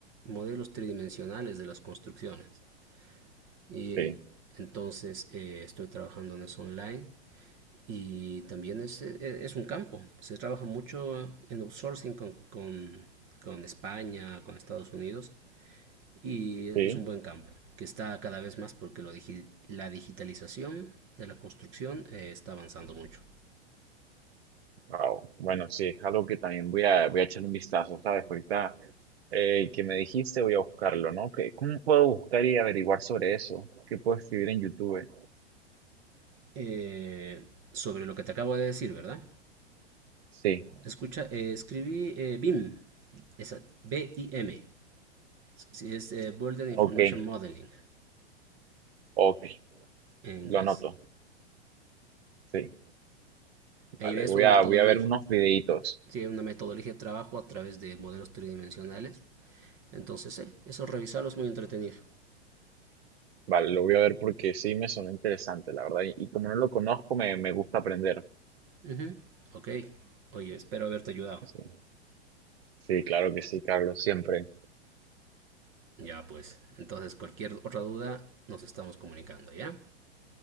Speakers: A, on the right; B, on the right.
A: modelos tridimensionales de las construcciones. Y
B: Sí,
A: entonces eh, estoy trabajando en eso online y también es, e- es un campo. Se trabaja mucho en outsourcing con, con, con España, con Estados Unidos y
B: sí.
A: es un buen campo que está cada vez más porque lo digi- la digitalización de la construcción eh, está avanzando mucho.
B: Wow. Bueno, sí, es algo que también voy a, voy a echar un vistazo, ¿sabes? Ahorita eh, que me dijiste, voy a buscarlo, ¿no? ¿Qué- ¿Cómo puedo buscar y averiguar sobre eso? ¿Qué puedo escribir en YouTube?
A: Eh, sobre lo que te acabo de decir, ¿verdad?
B: Sí,
A: Escucha, eh, escribí eh, BIM, esa- B-I-M, si es eh, Building Information
B: ok,
A: Modeling
B: ok,
A: en inglés.
B: lo anoto. Sí,
A: ahí
B: vale,
A: ves
B: voy
A: una
B: a,
A: metodología,
B: voy a ver unos videitos.
A: sí, una metodología de trabajo a través de modelos tridimensionales. Entonces, eh, eso revisarlo es muy entretenido.
B: Vale, lo voy a ver porque sí me sonó interesante, la verdad. Y, y como no lo conozco, me, me gusta aprender.
A: Ujú, Ok, oye, espero haberte ayudado.
B: Sí, sí, claro que sí, Carlos, siempre.
A: Ya pues, entonces cualquier otra duda nos estamos comunicando, ¿ya?